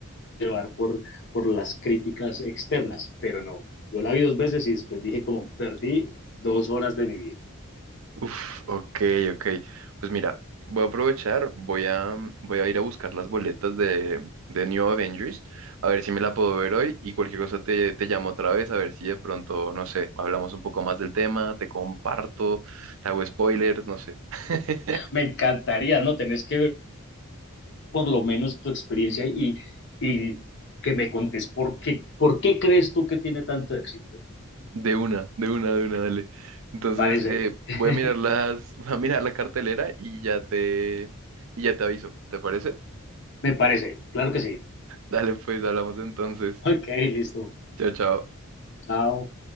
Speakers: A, on the left; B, on the right.
A: llevar por, por las críticas externas, pero no. Yo la vi dos veces y después dije como perdí dos horas de mi vida.
B: Uf, ok, ok. Pues mira, voy a aprovechar, voy a, mm, voy a ir a buscar las boletas de, de New Avengers, a ver si me la puedo ver hoy y cualquier cosa te, te llamo otra vez, a ver si de pronto, no sé, hablamos un poco más del tema, te comparto, te hago spoilers, no sé. <laughs>
A: Me encantaría, ¿no? Tenés que ver por lo menos tu experiencia y, y que me contes por qué, por qué crees tú que tiene tanto éxito.
B: De una, de una, de una, dale. Entonces,
A: Parece,
B: eh,
A: <laughs>
B: voy a mirar las, <laughs> voy a mirar la cartelera y ya te, y ya te aviso, ¿te parece?
A: me parece, claro que sí.
B: Dale, pues, hablamos entonces.
A: Ok, listo.
B: Chao, chao.
A: Chao.